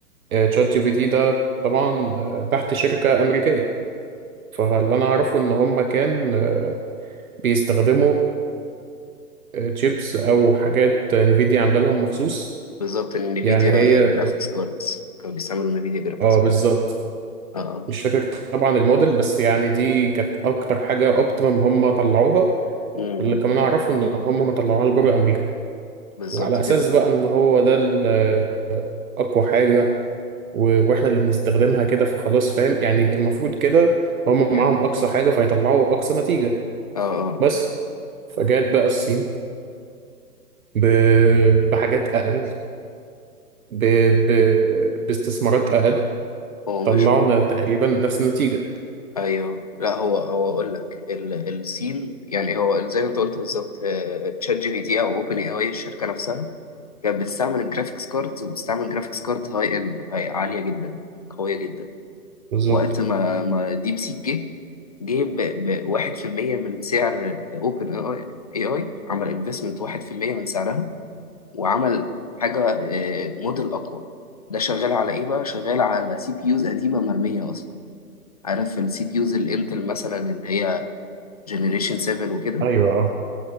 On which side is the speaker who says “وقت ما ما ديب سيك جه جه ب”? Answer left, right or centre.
Left